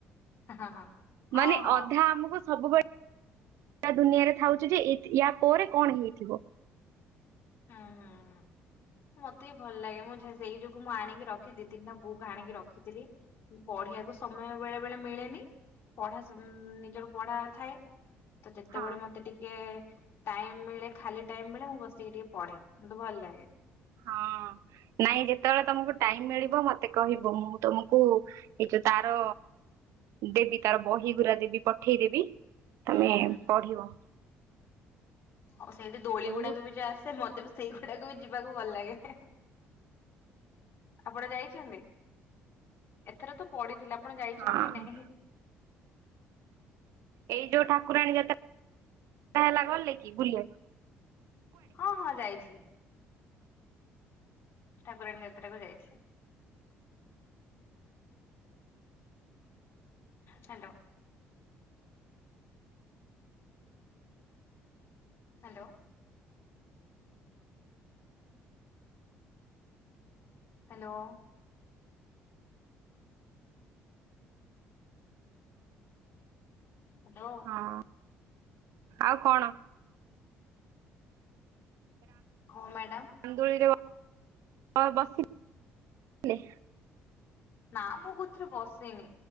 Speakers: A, on the left; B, on the right.
A: ହଁ ହଁ ହଁ
B: ମାନେ
A: ହଁ।
B: ଅଧା ଆମକୁ ସବୁବେଳେ ଦୁନିଆରେ ଥାଉଛି
A: ହୁଁ ହୁଁ।
B: ଯେ ୟା ପରେ କଣ ହେଇଥିବ?
A: ହୁଁ ହୁଁ ହୁଁ। ମତେ ବି ଭଲ ଲାଗେ, ମୁଁ ସେଇ ଯୋଗୁ ମୁଁ ଆଣିକି ରଖେ ଦି ତିନିଟା ବୁକ୍ ଆଣିକି ରଖିଥିଲି ମୁଁ ପ ପଢିବାକୁ ସମୟ ବେଳେ ବେଳେ ମିଳେନି ପଢା ସ ନିଜର ପଢା ଥାଏ ଯେତେବେଳେ
B: ହଁ।
A: ମତେ ଟିକେ ଟାଇମ ମିଳେ, ଖାଲି ଟାଇମ ମିଳେ ମୁଁ ବସିକି ଟିକେ ପଢେ ମତେ ଭଲ ଲାଗେ।
B: ହଁ। ହଁ ନାଇଁ ଯେତେବେଳେ ତମକୁ ଟାଇମ ମିଳିବ ମତେ କହିବ, ମୁଁ ତମକୁ ଏ ଯୋଉ ତାର ଦେବି ତାର ବହି ଗୁରା ଦେବି ପଠେଇ ଦେବି
A: ହୁଁ।
B: ତମେ ପଢିବ।
A: ହଉ ସେଇଠି ଦୋଳି
B: ବହୁତ
A: ଗୁଡାକ ବି ଯୋଉ ଆସେ, ମତେ ସେଇଗୁଡାକୁ ବି ଯିବାକୁ ଭଲ ଲାଗେ, ଆପଣ ଯାଇଛନ୍ତି? ଏଥର ତ ପଡିଥିଲା ଆପଣ ଯାଇଛନ୍ତି
B: ହଁ
A: କି ନାହିଁ?
B: ଏଇ ଯୋଉ ଠାକୁରାଣୀ ଯେତେବେଳେ ହେଲା ଗଲେ କି ବୁଲିଆକୁ?
A: ହଁ- ହଁ ଯାଇଥିଲି। ଠାକୁରାଣୀ ଯାତ୍ରାକୁ ଯାଇଥିଲି। ହାଲୋ। ହ୍ୟାଲୋ। ହ୍ୟାଲୋ। ହ୍ୟାଲୋ।
B: ହଁ। ଆଉ କଣ?
A: ହଉ ମ୍ୟାଡାମ
B: ରାମଦୋଳିରେ କଣ ବସିଥିଲେ?
A: ନା ମୁଁ କୋଉଥିରେ ବସିନି।